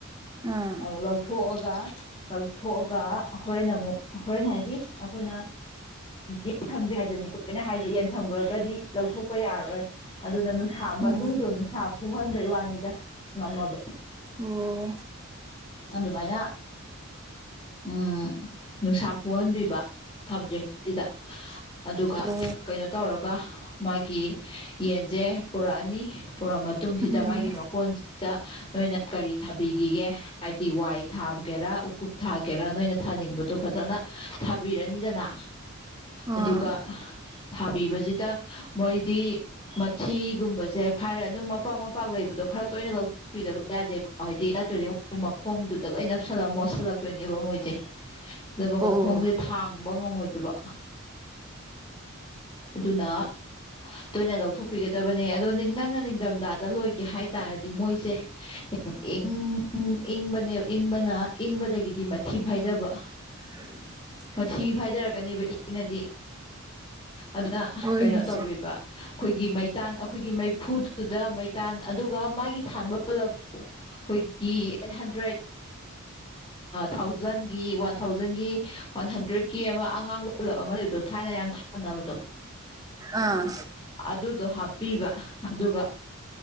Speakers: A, on the right (about 15°); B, on the left (about 25°).
A: ꯑꯥ
B: ꯑꯃꯨꯛ ꯂꯧꯊꯣꯛꯑꯒ ꯀꯛꯊꯣꯛꯑꯒ ꯍꯣꯔꯦꯟ ꯑꯃꯨꯛ ꯍꯣꯔꯦꯟ ꯍꯥꯏꯗꯤ ꯑꯩꯈꯣꯏꯅ ꯌꯦꯟ ꯊꯝꯗꯔꯤ ꯉꯥꯏꯗꯅꯤꯀꯣ ꯑꯩꯈꯣꯏꯅ ꯍꯥꯏꯗꯤꯦ ꯌꯦꯟꯊꯝꯈꯨꯔꯒꯗꯤ ꯂꯧꯊꯣꯛꯄ ꯌꯥꯔꯔꯣꯏ ꯑꯗꯨꯅ ꯅꯨꯡꯁꯥ ꯃꯅꯨꯡꯗꯣ
A: ꯎꯝ
B: ꯅꯨꯡꯁꯥ ꯐꯨꯍꯟꯕꯩ ꯋꯥꯅꯤꯗ ꯉꯝꯃꯕ
A: ꯑꯣ
B: ꯑꯗꯨꯃꯌꯥ ꯎꯝ ꯅꯨꯡꯁꯥ ꯐꯨꯍꯟꯕꯤꯕ ꯊꯝꯗ꯭ꯔꯤꯉꯩꯁꯤꯗ ꯑꯗꯨꯒ
A: ꯑꯣ
B: ꯀꯩꯅꯣ ꯇꯧꯔꯒ ꯃꯥꯒꯤ ꯌꯦꯟꯁꯦ ꯄꯨꯔꯛꯑꯅꯤ ꯄꯨꯔꯛꯑ ꯃꯇꯨꯡ ꯃꯇꯨꯡꯁꯤꯗ
A: ꯎꯝ
B: ꯃꯥꯒꯤ ꯃꯀꯣꯟꯁ ꯅꯣꯏꯅ ꯀꯔꯤ ꯊꯥꯕꯤꯈꯤꯒꯦ ꯍꯥꯏꯗꯤ ꯋꯥꯏ ꯊꯥꯕꯒꯦꯔꯥ ꯎꯀꯨꯞ ꯊꯥꯒꯦꯔꯥ ꯅꯣꯏꯅ ꯊꯥꯅꯤꯡꯕꯗꯣ ꯐꯖꯅ ꯊꯥꯕꯤꯔꯅꯤꯗꯅ
A: ꯑꯣ
B: ꯑꯗꯨꯒ ꯊꯥꯕꯤꯕꯁꯤꯗ ꯃꯣꯏꯗꯤ ꯃꯊꯤꯒꯨꯝꯕꯁꯦ ꯐꯥꯏꯔꯦ ꯑꯗꯨꯝ ꯃꯄꯥꯛ ꯃꯄꯥꯛ ꯂꯩꯕ ꯈꯔ ꯇꯣꯏꯅ ꯂꯧꯊꯣꯛꯄꯤꯗꯕ ꯌꯥꯗꯦꯀꯣ ꯍꯥꯏꯗꯤ ꯅꯠꯇ꯭ꯔꯗꯤ ꯃꯈꯣꯡꯗꯨꯗ ꯂꯣꯏ ꯅꯞꯁꯜꯂ ꯃꯣ ꯁꯜꯂꯛꯇꯣꯏꯅꯦ ꯝ ꯑꯣꯏꯖꯦ
A: <inaudible>
B: ꯑꯗꯨꯒ
A: ꯑꯣ
B: ꯃꯈꯣꯡꯁꯦ ꯊꯥꯡꯕ ꯉꯝꯃꯣꯏꯗꯕ ꯑꯗꯨꯅ ꯇꯣꯏꯅ ꯂꯧꯊꯣꯛꯄꯤꯒꯗꯕꯅꯦ ꯑꯗꯣ ꯅꯪꯅ ꯅꯤꯡꯗꯝꯗꯥꯗ ꯂꯣꯏꯒꯦ ꯍꯥꯏꯇꯥꯔꯗꯤ ꯃꯣꯏꯁꯦ ꯏꯪ ꯏꯪꯕꯅꯦ ꯏꯪꯕꯅ ꯏꯪꯕꯗꯒꯤꯗꯤ ꯃꯊꯤ ꯐꯥꯏꯗꯕ
A: <unintelligible>
B: ꯃꯊꯤ ꯐꯥꯏꯗꯔꯛꯀꯅꯦꯕ ꯏꯪꯉꯗꯤ ꯑꯗꯨꯅ
A: ꯍꯣꯏꯅꯤꯁꯦ
B: ꯀꯩꯅꯣ ꯇꯧꯕꯤꯕ ꯑꯈꯣꯏꯒꯤ ꯃꯩꯇꯥꯟ ꯑꯩꯈꯣꯏꯒꯤ ꯃꯩꯐꯨꯗꯨꯗ ꯃꯩꯇꯥꯟ ꯑꯗꯨꯒ ꯃꯥꯒꯤ ꯊꯥꯟꯕ ꯕꯂꯞꯇꫭ <unintelligible> ꯑꯩꯠ ꯍꯟꯗ꯭ꯔꯦꯠ ꯊꯥꯎꯖꯟꯒꯤ ꯋꯥꯟ ꯊꯥꯎꯖꯟꯒꯤ ꯋꯥꯟ ꯍꯟꯗ꯭ꯔꯦꯠꯀꯤ ꯑꯃ ꯑꯉꯥꯡꯕ ꯕꯂꯞ ꯑꯃ ꯂꯩꯕꯗꯣ ꯊꯥꯏꯅ ꯌꯥꯝ ꯊꯥꯟꯅꯕꯗꯣ
A: ꯑꯥ
B: ꯑꯗꯨꯗꯣ ꯍꯥꯞꯄꯤꯕ ꯑꯗꯨꯒ